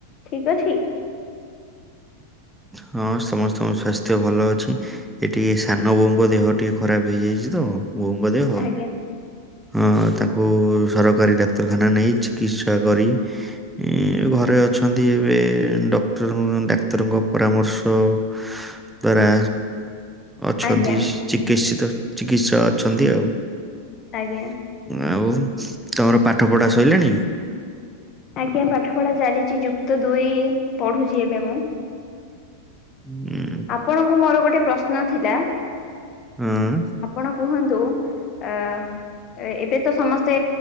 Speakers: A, on the left (about 30°); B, in the centre.
A: ଠିକ୍ ଅଛି।
B: ହଁ ସମସ୍ତଙ୍କ ସ୍ୱାସ୍ଥ୍ୟ ଭଲ ଅଛି। ଏ ଟିକେ ସାନ ବୋଉଙ୍କ ଦେହ ଟିକେ ଖରାପ ହେଇଯାଇଚି ତ ବୋଉଙ୍କ ଦେହ।
A: ଆଜ୍ଞା
B: ହଁ ତାଙ୍କୁ ସରକାରୀ ଡାକ୍ତରଖାନା ନେଇ ଚିକିତ୍ସା କରି। ଏଇ ଘରେ ଅଛନ୍ତି ଏବେ ଡକ୍ଟରକୁ ନହେନେ ଡାକ୍ ଡ଼ାକ୍ତରଙ୍କ ପରାମର୍ଶ ଦ୍ଵାରା ଅଛନ୍ତି।
A: ଆଜ୍ଞା
B: ଚିକିତ୍ସିତ ଚିକିତ୍ସା ଅଛନ୍ତି ଆଉ।
A: ଆଜ୍ଞା
B: ଆଉ ତମର ପାଠ ପଢ଼ା ସରିଲାଣି।
A: ଆଜ୍ଞା ପାଠ ପଢ଼ା ଚାଲିଚି ଯୁକ୍ତ ଦୁଇ ପଢୁଛି ଏବେ ମୁଁ।
B: ହୁଁ
A: ଆପଣଙ୍କୁ ମୋର ଗୋଟେ ପ୍ରଶ୍ନ ଥିଲା।
B: ହଁ
A: ଆପଣ କୁହନ୍ତୁ। ଏ ଏ ଏବେ ତ ସମସ୍ତେ